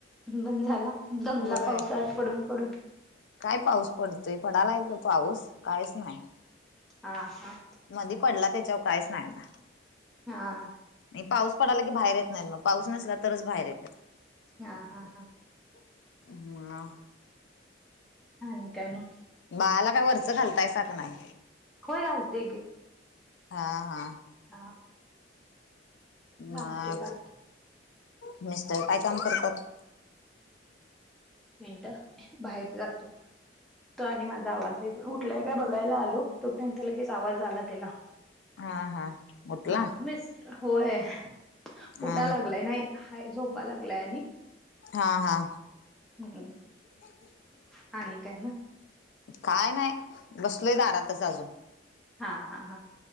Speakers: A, in the centre; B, on the left.
A: बण झाला दमला
B: होय
A: पाऊस आज पडून पडून.
B: काय पाऊस पडतोय पडायला येतो पाऊस काहीच नयी
A: आ हा
B: मधी पडला त्याच्यावर काहीच नाइ आता
A: हा
B: आणि पाऊस पडाला की बाहेर येत नाइ मग पाऊस नसला तरच बाहेर येतात.
A: हा हा हा
B: ह
A: आणि काय मग?
B: बाळाला काही वरच घालताय सा का नाइ
A: होय घालतोय की.
B: हा हा
A: हा घालतोय
B: मग
A: घालतोय
B: मिस्टर काय काम करतात
A: मिनट बाहेर जातो त आणि माझा आवाज कुठलाय काय बघायला आलो तोपर्यंत लगेच आवाज आला त्याला.
B: हा हा उठला
A: हा मिस् होय
B: हा
A: उटा लागलाय नाही. काय झोपा लागलाय आणि.
B: हा हा.
A: हम
B: <inaudible>
A: हा न काय म
B: काय नयी बसलो दारातच अजून.
A: हा हा हा